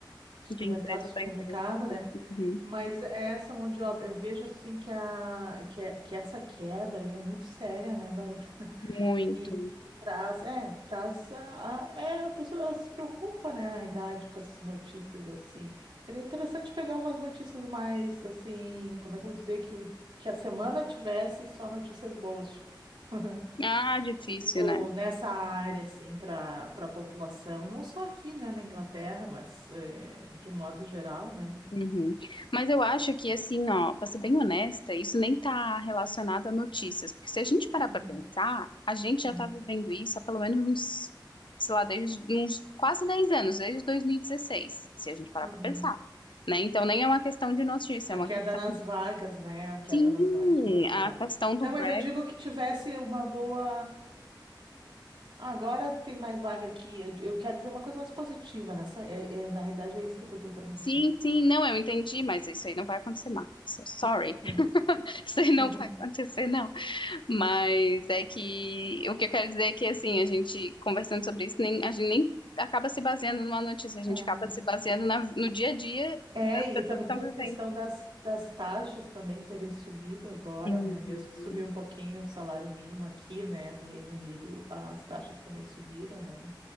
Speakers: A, on the right; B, on the left.
A: supermercado,
B: de empresa
A: supermercado,
B: para empresa,
A: né?
B: uhum,
A: Mas essa mão de obra, eu vejo assim que, a, que, é- que essa queda aí é muito séria, né, Bárbara?
B: muito.
A: E traz, é, traz a, a- é, a pessoa se preocupa, né, na realidade, com essas notícias assim. Seria interessante pegar umas notícias mais assim, como é que eu vou dizer, que, o, que a semana tivesse só notícias boas, tipo. <laughs>
B: Ah, difícil,
A: Tipo,
B: né?
A: nessa área, assim, para para a população, não só aqui, né, na Inglaterra, mas eh, de um modo geral, né?
B: Uhum. Mas eu acho que, assim, ó, para ser bem honesta, isso nem tá relacionado a notícias, porque se a gente parar
A: Uhum,
B: para pensar, a gente
A: uhum,
B: já tá vivendo isso há pelo menos uns, sei lá, desde uns quase 10 anos, desde 2016, se a gente parar
A: uhum.
B: para pensar, né? Então nem é uma questão de notícia,
A: A
B: é uma
A: queda
B: questão...
A: nas vagas, né? A queda
B: Sim,
A: nas vagas, de um modo geral.
B: a questão do
A: Não,
B: Brexit,
A: mas eu digo que tivesse uma boa. Ah, agora tem mais vaga aqui. Eu, eu quero dizer uma coisa mais positiva nessa. É, é- na realidade, é isso que eu estou tentando dizer.
B: sim, sim, não, eu entendi, mas isso aí não vai acontecer mais, so sorry,
A: <laughs>
B: <laughs> isso aí não
A: Uhum.
B: vai acontecer, Mas é que o que eu quero dizer é que assim, a gente conversando sobre isso, nem, a gente nem acaba se baseando numa notícia, a gente
A: É,
B: acaba se baseando na- no dia a dia
A: é,
B: das
A: e
B: pessoas
A: também
B: que estão
A: tem
B: vivendo.
A: a questão das, das taxas também terem subido agora,
B: Uhum.
A: né? Mesmo que subiu um pouquinho o salário mínimo aqui, né? No Reino Unido, as taxas também subiram, né?